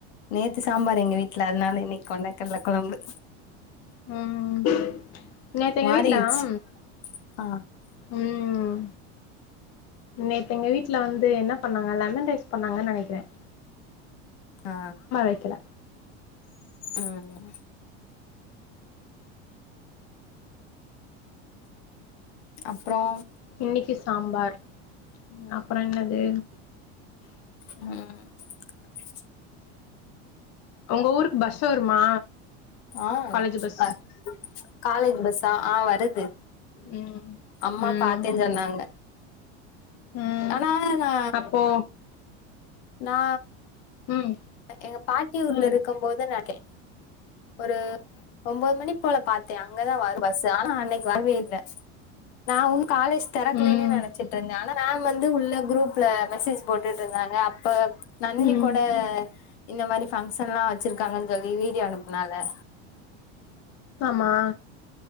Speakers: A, on the left; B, on the left.
A: நேத்து சாம்பார் எங்க வீட்ல அதனால இன்னைக்கு கொண்டகல்ல கொழம்பு
B: ம் நேத்தெங்க
A: மாறிருச்சு
B: வீட்லம்
A: ஆ
B: ம் நேத்து எங்க வீட்ல வந்து என்ன பண்ணாங்க லெமன் ரைஸ் பண்ணாங்கன் நெனைக்கிறேன்
A: ஆ
B: வைக்கல
A: ம் அப்றோ
B: இன்னிக்கு சாம்பார் அப்பறொ என்னது
A: ம்
B: ஒங்க ஊருக்கு பஸ் வருமா
A: ஆ
B: காலேஜு பஸ்
A: அ காலேஜ் பஸ்ஸா ஆ வருது
B: ம்
A: அம்மா
B: ம்
A: பாத்தேன்ஞ் சொன்னாங்க
B: ம்
A: ஆனா நா
B: அப்போ
A: நா
B: ம்
A: எங்க பாட்டி ஊர்ல இருக்கம் போது நா கே ஒரு ஒம்போது மணி போல பாத்தேன் அங்கதா வரும் பஸ்ஸு ஆனா அன்னைக்கு வரவே இல்ல நா உன் காலேஜ் திறக்கலன்னே
B: ம்
A: நெனைச்சிட்ருந்தேன் ஆனா மேம் வந்து உள்ள குரூப்ல மெசேஜ் போட்டுட்டு இருந்தாங்க அப்ப நந்தினி
B: ம்
A: கூட இந்த மாரி ஃபங்க்ஷன்லா வச்சிருக்காங்கன்னு சொல்லி வீடியோ அனுப்புனால
B: ஆமா